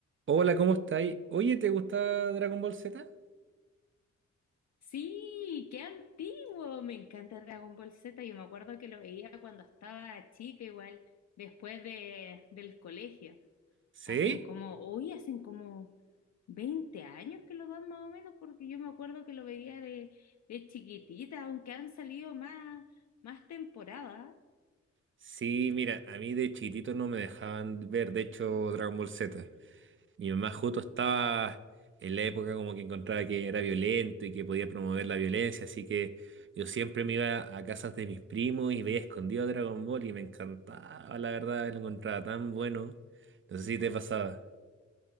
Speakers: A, on the right (about 45°); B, on the left (about 65°).
A: Hola, ¿cómo estáis? Oye, ¿te gusta Dragon Ball Z?
B: Sí, qué antiguo. Me encanta Dragon Ball Z. Yo me acuerdo que lo veía cuando estaba chica, igual, después de, del colegio.
A: ¿Sí?
B: Hacen como, hoy hacen como 20 años que lo dan más o menos, porque yo me acuerdo que lo veía de, de chiquitita, aunque han salido más, más temporadas.
A: Sí, mira, a mí de chiquitito no me dejaban ver, de hecho, Dragon Ball Z. Mi mamá justo estaba en la época como que encontraba que era violento y que podía promover la violencia, así que yo siempre me iba a casas de mis primos y veía escondido Dragon Ball y me encantaba, la verdad, lo encontraba tan bueno. No sé si te pasaba,